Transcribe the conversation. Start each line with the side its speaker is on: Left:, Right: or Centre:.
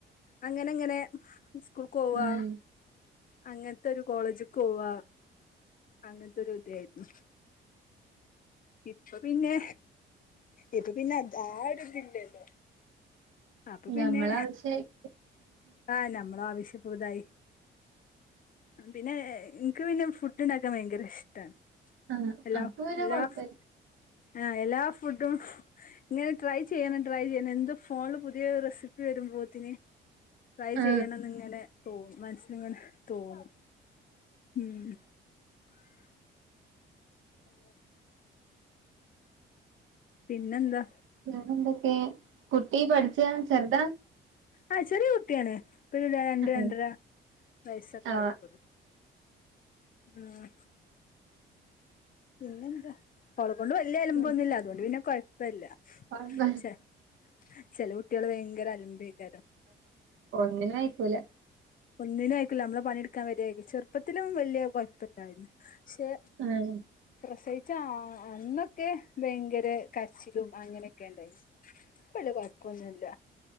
Left: അങ്ങനെ അങ്ങനെ സ്കൂൾക്കോവാ
Right: ഉം
Left: അങ്ങനത്തെ ഒരു കോളേജ് കോവ അങ്ങനത്തെരു ഇതായിരുന്നു ഇപ്പൊ പിന്നെ ഇപ്പ പിന്നെ ആ ഒരു ഇതില്ലല്ലോ അപ്പൊ പിന്നെ
Right: നമ്മളാവശ്യായിട്ട്
Left: ആഹ് നമ്മ ആവശ്യപ്പതായി പിന്നെ ഏഹ് ഇൻക്ക് പിന്നെ ഫുഡ് ഉണ്ടാക്കാൻ ഭയങ്കര ഇഷ്ടാണ്
Right: ആ
Left: എല്ലാ
Right: അപ്പൊ പിന്നെ
Left: എല്ലാ
Right: കൊഴപ്പല്ല.
Left: ആഹ് എല്ലാ ഫുഡും ഇങ്ങനെ ട്രൈ ചെയ്യണം ട്രൈ ചെയ്യണം എന്ത് ഫോണില് പുതിയ റെസിപ്പി വരുമ്പോത്തിന് ട്രൈ
Right: ആ
Left: ചെയ്യണന്ന് ഇങ്ങനെ തോന്നും മനസ്സിലിങ്ങനെ തോന്നും ഉം അതെ പിന്നെന്താ
Right: വേറെ എന്തൊക്കെ കുട്ടി പഠിച്ച ചെറുതാ
Left: ആഹ് ചെറിയ കുട്ടിയാണ് ഇപ്പ ഇതാ രണ്ട്
Right: ഉം.
Left: രണ്ടര വയസ്സൊക്കെ
Right: ആ
Left: ആയിട്ടുള്ളൂ ആഹ് പിന്നെ എന്താ ഓളെ കൊണ്ട് വലിയ അലമ്പൊന്നുല്ല
Right: പിന്നെ
Left: അതുകൊണ്ട് പിന്നെ കൊഴപ്പല്ല
Right: കൊഴപ്പ
Left: ചെ ചെലൊട്ട്യള് ഭയങ്കര അലമ്പേകാരം
Right: ഒന്നിനും അയിക്കൂല
Left: ഒന്നിനും അയിക്കൂല്ല നമ്മളെ പണിയെടുക്കാൻ വരരി ചെറുപ്പത്തിലും വല്യ കുഴപ്പല്ലായിരുന്നു പക്ഷെ
Right: ആഹ്
Left: പ്രസവിച്ച അന്നൊക്കെ ഭയങ്കര കര്ച്ചിലും അങ്ങനൊ പ്പൊല്യ കൊഴപ്പൊന്നുല്ല